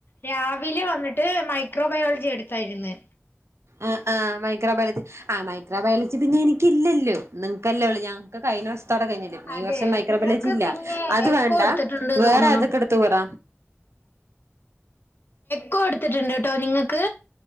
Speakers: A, on the left (about 50°); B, on the right (about 75°).
A: രാവിലെ വന്നിട്ട് മൈക്രോബയോളജി എടുത്തായിരുന്നു
B: ആ ആ മൈക്രോ ബയോളജി ആ മൈക്രോബയോളജി പിന്നെ എനിക്കില്ലല്ലോ നിങ്ങക്കല്ലേ ഉള്ളൂ ഞാൻ കഴിഞ്ഞ വഷത്തോടെ കഴിഞ്ഞി
A: അതെ
B: ഈ വർഷം മൈക്രോബലേജി
A: നിനക്ക്
B: ഇല്ല
A: പിന്നെ
B: അത്
A: എക്കോ
B: വേണ്ട
A: എടുത്തിട്ടുണ്ട്
B: വേറെ
A: തോന്നണു
B: അതൊക്കെ എടുത്തു പറ
A: ക്കോ എടുത്തിട്ടുണ്ട്ട്ടോ നിങ്ങൾക്ക്